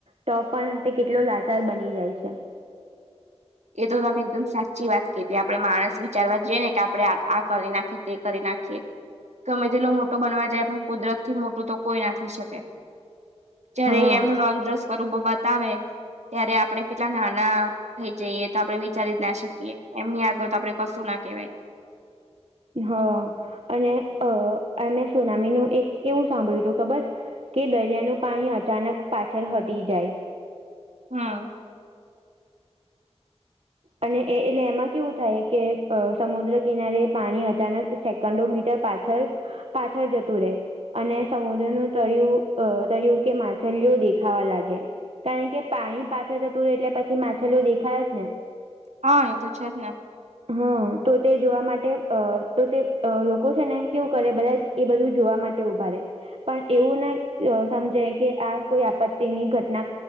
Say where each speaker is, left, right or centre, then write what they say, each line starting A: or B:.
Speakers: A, on the right; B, on the right.
A: તો પણ તે કેટલો લાચાર બની જાય છે.
B: એ તો તમે એકદમ સાચી વાત કીધી આપણે માણસ વિચારવા જઈએ ને કે આપણે આ કરી નાખીએ તે કરી નાખીએ ગમે તેલો મોટો બનવા જાય પણ કુદરતથી મોટું તો કોઈ ના થઈ શકે જયારે
A: હા
B: એ એમનું રોદ્ર સ્વરૂપો બતાવે ત્યારે આપડે કેટલા નાના થઈ જઈએ એ તો આપડે વિચારી જ ના શકીએ એમની આગળ તો આપડે કશું ના કેવાય
A: હા અને અ મેં સોનામીનું એક કેવું સાંભળ્યું હતું ખબર કે દરિયાનું પાણી અચાનક પાછળ હટી જાય
B: હ.
A: અને એ-એ-એટલે એમાં કેવું થાય કે અ સમુદ્ર કિનારે પાણી અચાનક સેકન્ડો મીટર પાછળ પાછળ જતું રે. અને સમુદ્રનું તર્યું તર્યું કે માછલીઓ દેખાવા લાગે કારણ કે પાણી પાછળ જતું રે એટલે પછી માછલીઓ દેખાય જ ને
B: હા એ તો છે, જ ને
A: હા તો તે જોવા માટે અ તો તે અ લોકો છે, ને કેવું કરે બધા એ બધું જોવા માટે ઉભા રે પણ એવું નઈ અ સમજે કે આ કોઈ આપત્તિની ઘટના